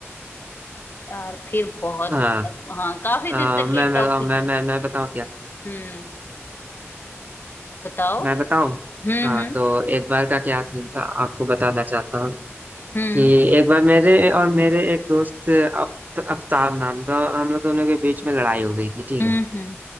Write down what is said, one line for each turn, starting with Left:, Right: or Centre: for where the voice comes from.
Left: यार फिर बहुत
Right: हाँ
Left: मतलब हाँ काफी
Right: आ,
Left: दिन तक
Right: मैं
Left: ये
Right: बताऊँ
Left: टॉपिक
Right: मैं मैं मैं बताऊँ क्या
Left: हम्म बताओ
Right: मैं बताऊँ
Left: हम्म
Right: हाँ
Left: हम्म
Right: तो एक बार का क्या थीम था आपको बताना चाहता हूँ
Left: हम्म
Right: कि एक बार मेरे और मेरे एक दोस्त अफ, अफ्ताब नाम था हम लोग दोनों के बीच में लड़ाई हो गई थी ठीक
Left: हम्म
Right: है
Left: हम्म,